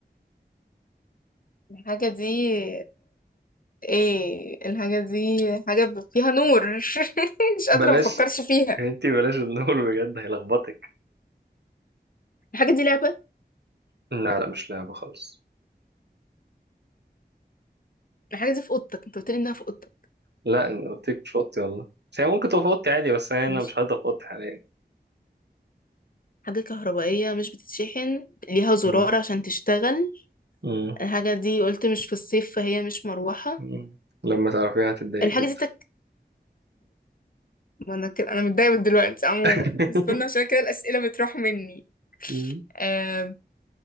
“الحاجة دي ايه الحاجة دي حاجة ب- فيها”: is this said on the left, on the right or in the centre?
Left